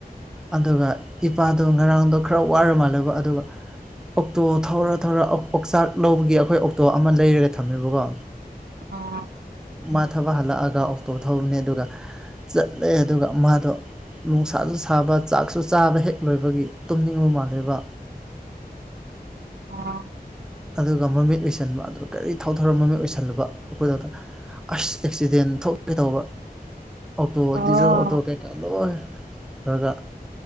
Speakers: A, in the centre; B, on the right (about 80°).
A: ꯑꯗꯨꯒ ꯏꯄꯥꯗꯣ ꯉꯔꯥꯡꯗꯣ ꯈꯔ ꯋꯥꯔ ꯃꯥꯜꯂꯦꯀꯣ ꯑꯗꯨꯒ ꯑꯣꯛꯇꯣ ꯊꯧꯔ ꯊꯧꯔ ꯑꯣꯛꯆꯥꯛ ꯂꯧꯕꯒꯤ ꯑꯩꯈꯣꯏ ꯑꯣꯛꯇꯣ ꯑꯃ ꯂꯩꯔꯒ ꯊꯝꯃꯦꯕꯀꯣ
B: ꯑꯥ
A: ꯃ ꯊꯥ ꯄꯥ ꯍꯜꯂꯛꯑꯒ ꯑꯣꯛꯇꯣ ꯊꯧꯕꯅꯦ ꯑꯗꯨꯒ ꯆꯠꯂꯦ ꯑꯗꯨꯒ ꯃꯥꯗꯣ ꯅꯨꯡꯁꯥꯁꯨ ꯁꯥꯕ ꯆꯥꯛꯁꯨ ꯆꯥꯕ ꯍꯦꯛ ꯂꯣꯏꯕꯒꯤ ꯇꯨꯝꯅꯤꯡꯕ ꯃꯥꯜꯂꯦꯕ
B: ꯑꯥ
A: ꯑꯗꯨꯒ ꯃꯃꯤꯠ ꯎꯏꯁꯟꯕ ꯑꯗꯨ ꯒꯥꯔꯤ ꯊꯧꯊꯔ ꯃꯃꯤꯠ ꯎꯏꯁꯤꯟ ꯂꯨꯕ ꯑꯩꯈꯣꯏ ꯗꯥꯗꯣ ꯑꯁ ꯑꯦꯛꯁꯤꯗꯦꯟ ꯊꯣꯛꯀꯦ ꯇꯧꯕ ꯑꯣꯇꯣ
B: ꯑꯣ
A: ꯗꯤꯖꯜ ꯑꯣꯇꯣ ꯀꯩꯀꯥ ꯂꯣꯏ ꯈꯔꯒ